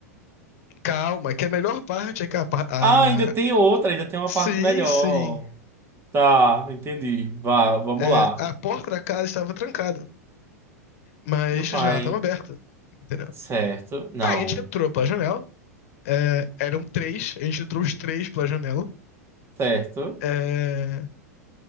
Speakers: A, on the left; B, on the right.
A: Calma, que a melhor parte é que a, pa- a...
B: Ah, ainda tem outra, ainda tem uma
A: Sim,
B: parte melhor.
A: sim.
B: Tá, entendi. Vá, vamos
A: É,
B: lá.
A: a porta da casa estava trancada, mas
B: Meu pai,
A: a janela estava aberta, entendeu?
B: certo? Não,
A: Aí a gente entrou pela janela, é, eram três, a gente entrou os três pela janela.
B: certo?
A: é,